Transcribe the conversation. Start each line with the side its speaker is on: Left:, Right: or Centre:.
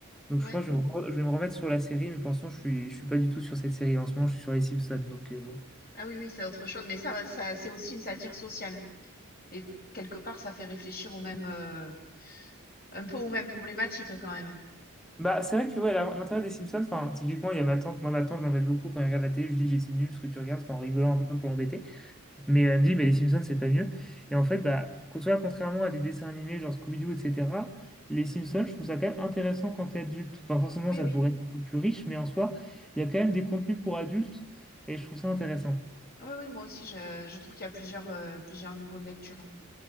Centre: Donc,
Left: Ouais.
Centre: je pense que je vais me, re- je vais me remettre sur la série, mais pour l'instant, je suis, je suis pas du tout sur cette série. En ce moment, je suis sur les Simpsons. Donc, euh, bon.
Left: Ah oui, oui, c'est autre chose, mais ça, ça, c'est aussi une satire sociale. Et quelque part, ça fait réfléchir au même, euh, un peu aux mêmes problématiques quand même.
Centre: Bah, c'est vrai que ouais, la- l'intérêt des Simpsons, enfin, typiquement, il y a ma tante. Moi, ma tante, je l'embête beaucoup quand elle regarde la télé. Je lui dis, mais c'est nul ce que tu regardes, enfin, en rigolant un peu pour l'embêter. Mais elle me dit, mais les Simpsons, c'est pas mieux. Et en fait, bah, co- tu vois, contrairement à des dessins animés genre Scooby-Doo, etc., les Simpsons, je trouve ça quand même intéressant quand t'es adulte. Enfin, forcément,
Left: Oui,
Centre: ça
Left: oui.
Centre: pourrait être un peu plus riche, mais en soi, il y a quand même des contenus pour adultes et je trouve ça intéressant.
Left: Oui, oui, moi aussi, je, je trouve qu'il y a plusieurs, euh, plusieurs niveaux de lecture.